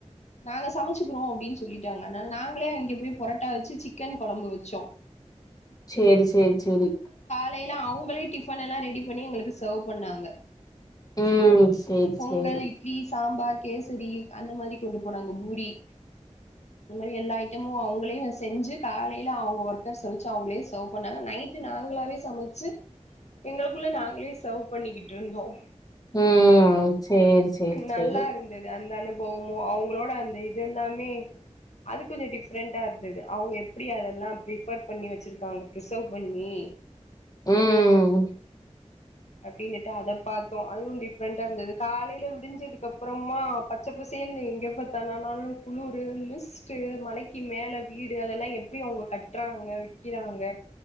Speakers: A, on the left; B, on the left.
A: நாங்க சமைச்சுக்கிறோம் அப்படின்னு சொல்லிட்டாங்க அதனால நாங்களே இங்க போய் புரோட்டா வச்சு சிக்கன் குழம்பு வச்சோம்
B: சேரி சேரி சேரி
A: அவுங்களே டிப் டிபன் எல்லாம் ரெடி பண்ணி எங்களுக்கு சேவ் பண்ணாங்க
B: உம் சேரி
A: பொங்கல்
B: சேரி
A: இட்லி சாம்பார் கேசரி அந்த மாதிரி கொண்டு போனாங்க பூரி இந்த மாரி எல்லா ஐட்டமும் அவங்களையும் செஞ்சு காலையில அவுங்க ஒர்க்கர்வச்சு அவுங்களே செவ் பண்ணாங்க நைட்டு நாங்களாவே சமைச்சு எங்களுக்குள்ள நாங்களே சேவ் பண்ணிக்கிட்டு இருந்தோம்
B: ம். சேரி, சேரி,
A: நல்லா
B: சேரி.
A: இருந்தது அந்த அனுபவ போமோ அவங்களோட அந்த இது எல்லாமே அது கொஞ்சம் டிஃப்ரெண்டண்டா இருந்தது அவங்க எப்படி அதெல்லாம் பிபர் பண்ணி வச்சிருக்காங்க ரிசர்வு பண்ணி
B: உம்
A: அப்படின்னுட்டு அத பார்த்தோம் அதுவும் டிஃப்ரெண்டண்டா இருந்தது காலையில விடிஞ்சதுக்கு அப்புறமா பச்சை பசேல் எங்க பத்தனாலும் குளிர் மிஸ்ட்ட் மலைக்கு மேல வீடு அதெல்லாம் எப்படி அவங்க கட்டுறாங்க விக்கிறாங்க